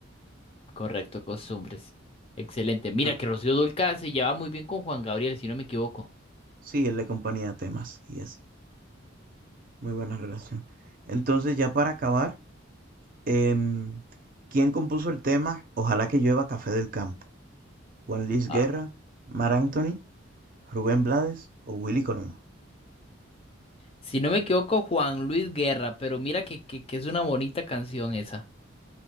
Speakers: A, on the left; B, on the right.
A: Correcto, costumbres. Excelente. Mira
B: Entonces,
A: que Rocío Dúrcal se lleva muy bien con Juan Gabriel, si no me equivoco.
B: sí, él le acompaña temas y así. Muy buena relación. Entonces, ya para acabar, Em, ¿quién compuso el tema Ojalá que llueva café del campo? ¿Juan Luis
A: Ah,
B: Guerra, Mar Anthony, Rubén Blades o Willy Colón?
A: Si no me equivoco, Juan Luis Guerra, pero mira que, que que es una bonita canción esa.